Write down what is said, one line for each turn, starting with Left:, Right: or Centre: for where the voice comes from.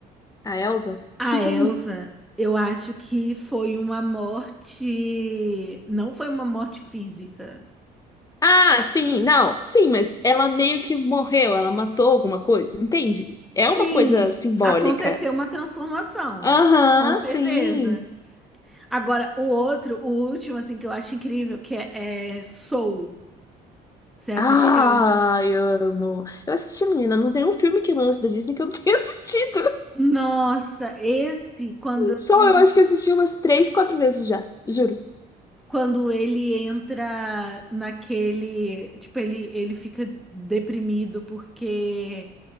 Left: a Elsa.
Centre: a
Left: <laughs>
Centre: Elsa, eu acho que foi uma morte. Não foi uma morte física.
Left: Ah, sim, não, sim, mas ela meio que morreu, ela matou alguma coisa, entende? É
Centre: Sim,
Left: uma coisa simbólica.
Centre: aconteceu uma transformação.
Left: Aham,
Centre: Com certeza.
Left: sim.
Centre: Agora, o outro, o último, assim, que eu acho incrível, que é, é Soul. Você assistiu?
Left: Ah, eu amo. Eu assisti, menina, não tem um filme que lança da Disney que eu não tenha <laughs> assistido.
Centre: Nossa, esse, quando
Left: Só
Centre: ele
Left: eu acho que assisti umas três, quatro vezes já, juro.
Centre: quando ele entra naquele, tipo, ele, ele fica deprimido porque